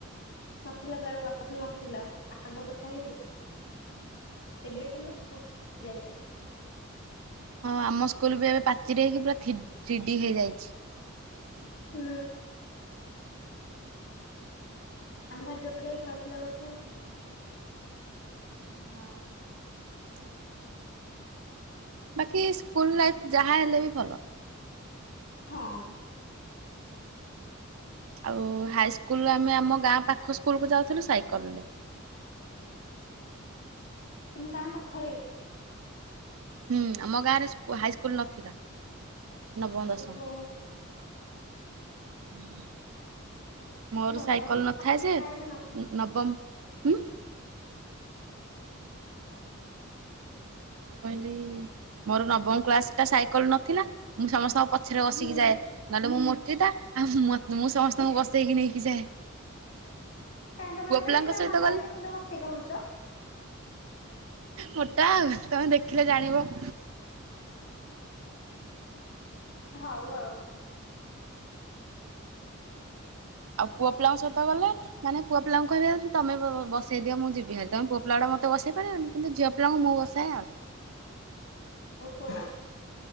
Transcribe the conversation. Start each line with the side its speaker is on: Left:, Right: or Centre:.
Left: ନଥିଲା ତାର ନଥିଲା ଆଗ ପଟଟା ହେଇଥିଲା। ଏବେ କିନ୍ତୁ <unintelligible> ହେଇଛି।
Right: ହଁ ଆମ ସ୍କୁଲ ବି ଏବେ ପାଚିରି ହେଇକି ପୁରା ଥ୍ରୀ ଥ୍ରୀଡି ହେଇଯାଇଛି।
Left: ହୁଁ। ଆମ ଭାଗ୍ୟଟା ଖରାପ ଥିଲା ବୋଧେ।
Right: ହଁ। ବାକି ସ୍କୁଲ ଲାଇଫ ଯାହା ହେଲେ ବି ଭଲ।
Left: ହଁ।
Right: ଆଉ ହାଇସ୍କୁଲ ଆମେ ଆମ ଗାଁ ପାଖ ସ୍କୁଲକୁୁ ଯାଉଥିଲୁ ସାଇକେଲ ରେ।
Left: ତୁମ ଗାଁ ପାଖରେ।
Right: ହୁଁ ଆମ ଗାଁରେ ହାଇସ୍କୁଲ ନଥିଲା ନବ
Left: ଓହୋ
Right: ଦଶମ ମୋର
Left: ଭଲ
Right: ସାଇକେଲ ନଥାଏ ଯେ
Left: ଆର ବି ନ
Right: ନବମ ହୁଁ। ମୁଁ କହିଲି ମୋର ନବମ କ୍ଳାସ ଟା ସାଇକେଲ ନଥିଲା ମୁଁ ସମସ୍ତଙ୍କ ପଛରେ ବସିକି
Left: ହୁଁ
Right: ଯାଏ ନହେଲେ ମୁଁ ମୁର୍ତ୍ତିଟା ଆଉ ମୁଁ ସମସ୍ତଙ୍କୁ ବସେଇକି ନେଇକି ଯାଏ
Left: କାହିଁତ ତମେ
Right: ପୁଅ
Left: ଏମିତି
Right: ପିଲାଙ୍କ
Left: କେତେ
Right: ସହିତ
Left: ମୋଟା
Right: ଗଲେ
Left: କି ଏମିତି ମୋଟି କହୁଛ
Right: ମୋଟା ଆଉ ତମେ ଦେଖିଲେ ଜାଣିବ।
Left: ହଉ ଆଉ।
Right: ଆଉ ପୁଅ ପିଲାଙ୍କ ସହିତ ଗଲେ? ମାନେ ପୁଅପିଲାଙ୍କୁହିବା ତମେ ବସେଇ ଦିଅ ମୁଁ ଯିବିହାରି ତମେ ପୁଅ ପିଲାଟା ମତେ ବସେଇ ପାରିବନି କିନ୍ତ ଝିଅ ପଲଙ୍ଗ ମୁଁ ବସାଇ ଆଉ।
Left: ଓହୋ